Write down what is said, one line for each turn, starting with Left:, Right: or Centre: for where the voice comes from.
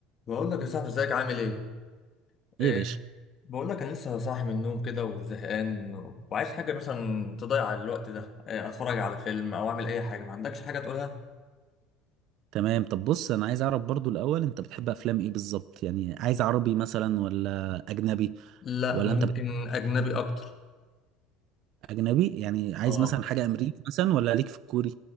Left: بقول لك يا صاحبي ازيك عامل ايه؟ إيه
Right: ايه يا باشا
Left: بقول لك انا لسه صاحي من النوم كده وزهقان وعايز حاجه مثلا تضيع الوقت ده إيه اتفرج على فيلم او اعمل اي حاجه ما عندكش حاجه تقولها؟
Right: تمام طب بص انا عايز اعرف برضو الاول انت بتحب افلام ايه بالظبط يعني عايز عربي مثلا ولا اجنبي
Left: لا
Right: ولا
Left: ممكن
Right: انت بت-
Left: اجنبي اكتر
Right: اجنبي يعني عايز
Left: اه
Right: مثلا حاجه امريكي مثلا ولا ليك في الكوري